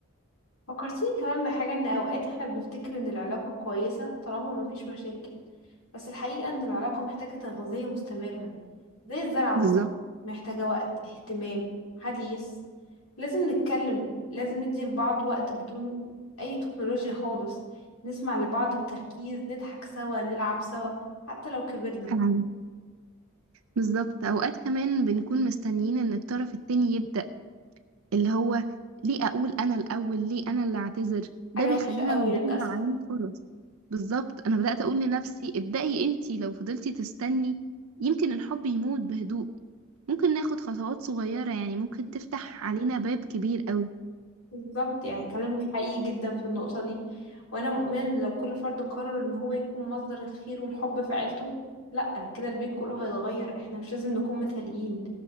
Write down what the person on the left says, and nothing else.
فكرتيني كمان بحاجة ان اوقات احنا بنفتكر ان العلاقة كويسة طالما مفيش مشاكل بس الحقيقة ان العلاقة محتاجة تغذية مستمرة زي الزرعة
بالظبط محتاجة وقت اهتمام حديث لازم نتكلم لازم ندي لبعض وقت بدون اي تكنولوجيا خالص نسمع لبعض بتركيز نضحك سوا نلعب سوا حتى لو كبرنا
حاجة
وحشة قوي
للأسف
بالظبط يعني كلامك حقيقي جدا في النقطة دي وأنا مؤمنة إن لو كل فرد قرر إن هو يكون مصدر الخير والحب في عيلته لأ كده البيت كله هيتغير احنا مش لازم نكون مثاليين